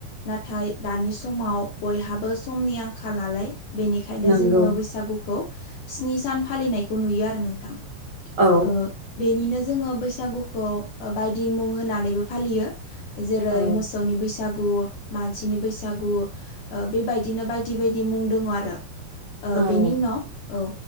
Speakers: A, on the left (about 80°); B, on the right (about 80°).
A: नाथाय दानि समाव बय बेहाबो समनि आंखाल नालाय बेनिखायनो
B: नंगौ
A: जोङो बैसागुखौ स्नि सान फालिनायखौ नुयो आरो नोंथां
B: औ
A: ओ बेनिनो जोङो बैसागुखौ बायदि मुं होनानैबो फालियो जेरै
B: औ
A: मोसौनि बैसो बैसागु मानसिनि बैसागु बेबायदिनो बायदि बायदि मुं दङ आरो ओ
B: औ
A: बेनि उनाव औ